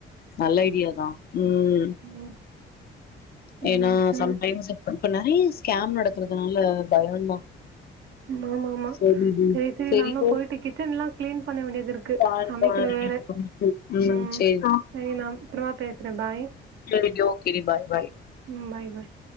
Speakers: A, on the left; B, on the right.
A: நல்ல ஐடியாதான் உம்
B: ம்
A: ஏன்னா
B: ம் சரி.
A: சம் டைம்ஸ் இப்ப இப்ப நறைய ஸ்கேம் நடக்கறதுனால பயம்தா
B: ஆமா ஆமா
A: சரி டி
B: செரி செரி
A: சரி
B: நானும்
A: ஓ
B: போயிட்டு கிச்சன் எல்லாம் கிளீன் பண்ண வேண்டியது இருக்கு
A: பாரு
B: சமைக்கணு
A: பாருடி
B: வேற
A: ம் ம்
B: உம்
A: சேரி
B: செரி நா அப்புறமா பேசு ற பாய்
A: செரி டி ஓகே டி பாய் பாய்
B: ம் பாய், பாய்.